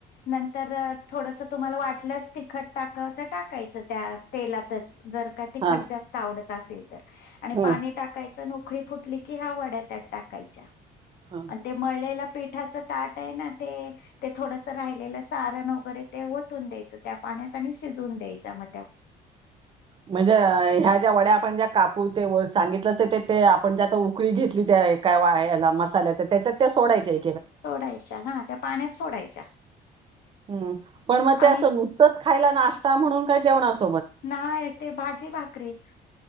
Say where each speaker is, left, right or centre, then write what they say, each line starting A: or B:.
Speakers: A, on the left; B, on the right.
A: नंतर थोडस तुम्हाला वाटलंच, तिखट टाका तर टाकायचं त्यात तेलातच जर का तिखट
B: हा
A: जास्त आवडत असेल तर, आणि
B: हम्म.
A: पाणी टाकायचं उकळी फुटली कि, हा वड्या त्यात टाकायच्या
B: हा
A: आणि ते मळलेला पिठाच ताट आहे ना ते ते थोडंस राहिलेलं सारण वगैरे ते ओतून द्यायचं, त्या पाण्यात आणि शिजून द्यायच्या म.
B: म्हणजे ह्या ज्या वड्या आपण ज्या कापून तेवर सांगितलं त ते, ते आपण जे आता उकळी घेतली त्या ए वायाला मसाल्याला त्या त्यात त्या सोडायच्या ए.
A: सोडायच्या, हा त्या पाण्यात सोडायच्या.
B: हम पण मग ते
A: आणि
B: असं नुसतंच खायला नाश्ता म्हणून का जेवणा अस
A: नाय, ते भाजी, भाकरीच